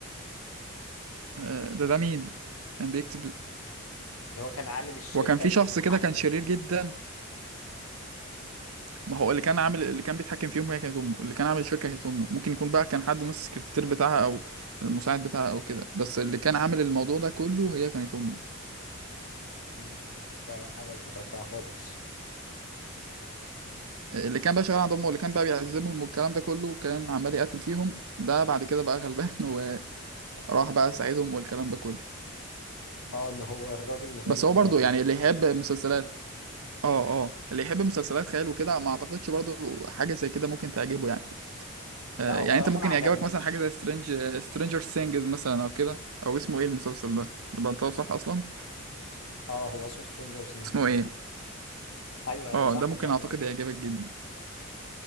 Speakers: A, on the right (about 85°); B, on the left (about 85°).
A: آه، ده ده مين كان بيكتب
B: اللي هو كان عامل الشركة
A: وكان في
B: اللي
A: شخص
B: بتتحكم
A: كده كان شرير جدا ما هو اللي كان عامل اللي كان بيتحكم في امه هي كانت امه اللي كان عامل الشركه كانت امه ممكن يكون بقى كان حد من السكرتير بتاعها او المساعد بتاعها او كده بس اللي كان عامل الموضوع ده كله هي كانت امه
B: مم، ده فعلا حاجة مش متوقعة خالص
A: اللي كان بقى شغال عند امه اللي كان بقى بيعذبهم والكلام ده كله كان عمال يقتل فيهم ده بعد كده بقى غلبان <laughs> وراح بقى ساعدهم والكلام ده كله
B: اه اللي هو الراجل الغريب
A: بس هو برضو
B: دوت
A: يعني اللي يحب مسلسلات اه اه اللي يحب مسلسلات خيال وكده ما اعتقدش برضو حاجه زي كده ممكن تعجبه يعني آه،
B: لا هو
A: يعني
B: بصراحة
A: انت ممكن
B: ما عجبنيش
A: يعجبك مثلا حاجه زي سترينج سترينجر سينجز مثلا او كده او اسمه ايه المسلسل ده اللي بنطقه صح اصلا
B: اه هو اسمه سترينجر ثينجز
A: اسمه
B: مظبوط
A: ايه
B: ايوه ايوه
A: اه
B: صح
A: ده ممكن
B: انت قلت
A: اعتقد
B: لي.
A: يعجبك جدا